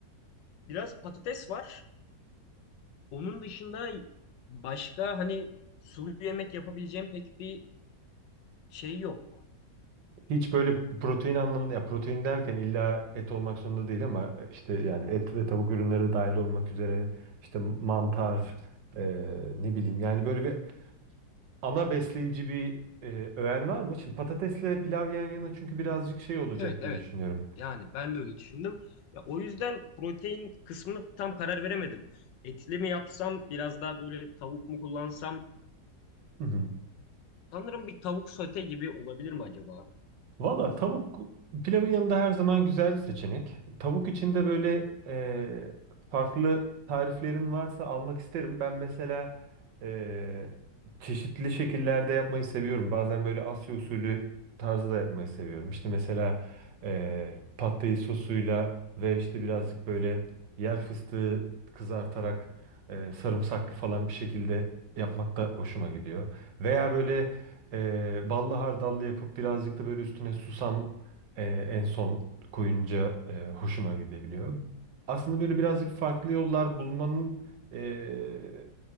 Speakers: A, on the left; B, on the right.
A: Biraz patates var. Onun dışında başka hani sulu yemek yapabileceğim pek bir şey yok.
B: Hiç böyle protein anlamında ya protein derken illa et olmak zorunda değil ama e, işte yani et ve tavuk ürünleri de dahil olmak üzere işte mantar e, ne bileyim yani böyle bir ana besleyici bir e, öğen var mı? Şimdi patatesle pilav yan yana çünkü birazcık şey olacak
A: Evet,
B: diye
A: evet.
B: düşünüyorum.
A: Yani ben de öyle düşündüm. Ya o yüzden protein kısmını tam karar veremedim. Etli mi yapsam, biraz daha böyle tavuk mu kullansam?
B: Hı hı.
A: Sanırım bir tavuk sote gibi olabilir mi acaba?
B: Valla tavuk pilavın yanında her zaman güzel bir seçenek. Tavuk içinde böyle e, farklı tariflerin varsa almak isterim. Ben mesela e, çeşitli şekillerde yapmayı seviyorum. Bazen böyle Asya usulü tarzı da yapmayı seviyorum. İşte mesela e, pad thai sosuyla ve işte birazcık böyle yer fıstığı kızartarak e, sarımsaklı falan bir şekilde yapmak da hoşuma gidiyor. Veya böyle e, ballı hardallı yapıp birazcık da böyle üstüne susam e, en son koyunca e, hoşuma gidebiliyor. Aslında böyle birazcık farklı yollar bulmanın e,